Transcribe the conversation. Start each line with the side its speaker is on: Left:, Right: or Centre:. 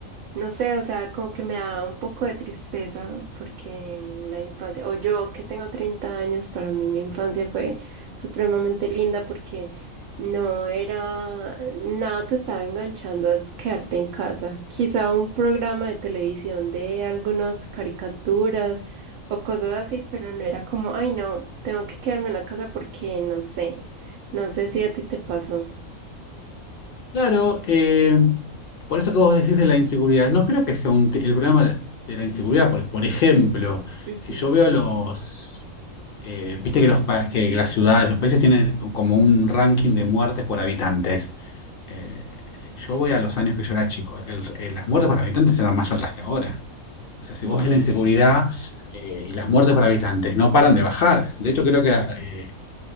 Right: no sé, o sea, como que me da un poco de tristeza porque en la infancia, o yo que tengo 30 años, para mí mi infancia fue supremamente linda porque no era, nada te estaba enganchando a es quedarte en casa. Quizá un programa de televisión de algunas caricaturas o cosas así, pero no era como, ay no, tengo que quedarme en la casa porque no sé, no sé si a ti te pasó.
Left: Claro, eh, por eso que vos decís de la inseguridad, no creo que sea un te- el problema de la inseguridad, porque, por ejemplo,
Right: Ujú,
Left: si yo veo los, eh, viste que, los, pa- que las ciudades, los países tienen como un ranking de muertes por habitantes. Eh, si yo voy a los años que yo era chico, el- eh, las muertes por habitantes eran más altas que ahora. O sea, si
Right: ujú.
Left: vos ves la inseguridad eh, y las muertes por habitantes, no paran de bajar. De hecho, creo que eh,